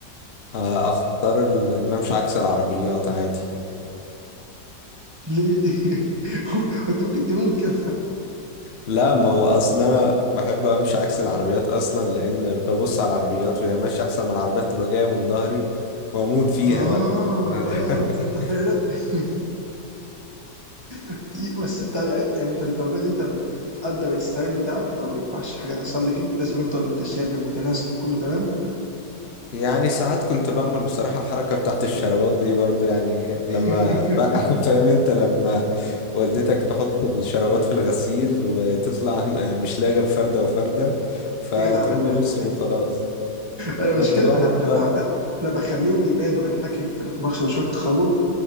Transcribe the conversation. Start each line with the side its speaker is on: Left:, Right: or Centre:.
Left: آه، اختار ال- ان أنا امشي عكس العربيات عادي
Right: ليه؟ <laughs> وانت ممكن تموت كده
Left: لا ما هو اصلا انا بحب امشي عكس العربيات اصلا لان ببص على العربيات وهي ماشيه احسن ما العربيات تبقى جايه من ظهري واموت فيها
Right: اه
Left: بقى <laughs>
Right: اه تصدق فعلا <laughs> دقيقة، بس انت يعني يعني انت للدرجه دي انت بت... بتقدر الستايل بتاعك لو ما ينفعش حاجه تحصل لي فيه لازم يفضل متشابه ومتناسق وكله تمام
Left: يعني ساعات كنت بعمل بصراحه حركه بتاعت الشروات دي برضو يعني
Right: <laughs>
Left: لما فا- <laughs> فاهم انت لما والدتك تحط الشرابات في الغسيل وتطلع م- مش لاقي غير فردة وفردة فتقوم
Right: ايه كده انا بح...
Left: لابسهم وخلاص
Right: انا
Left: ما
Right: مش
Left: انت
Right: كده
Left: بقى
Right: انا
Left: مضطر
Right: انا بح... انا بخليهم يبانوا انا فاكر في نقاش مشروع التخرج